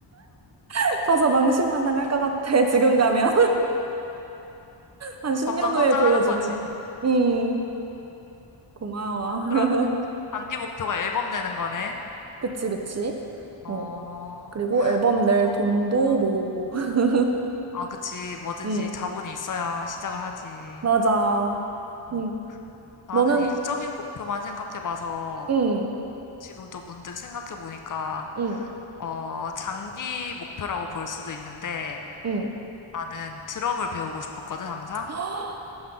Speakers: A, on the right; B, on the left.
A: <laughs> 가서 망신만 당할 것 같아, 지금 가면. 한 10년
B: 점점 성장하는
A: 후에 불러주면.
B: 거지.
A: 음, 고마워.
B: 그러면은
A: <laughs>
B: 단기 목표가 앨범 내는 거네.
A: 그치, 그치.
B: 어,
A: 어, 그리고 앨범
B: 어,
A: 낼
B: 그러고
A: 돈도
B: 보니까.
A: 모으고. <laughs>
B: 아, 그치. 뭐든지
A: 음,
B: 자본이 있어야 시작을 하지.
A: 맞아.
B: 어.
A: 응.
B: 나는
A: 너는,
B: 일적인 목표만 생각해봐서
A: 음,
B: 지금 또 문득 생각해보니까,
A: 음,
B: 어, 장기 목표라고 볼 수도 있는데,
A: 음,
B: 나는 드럼을 배우고 싶었거든, 항상.
A: <gasps>